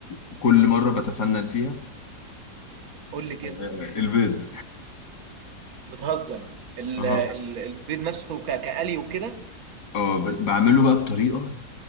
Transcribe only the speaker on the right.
قول لي كده
بتهزر ال-
ال- البيض نفسه ك- كقلي وكده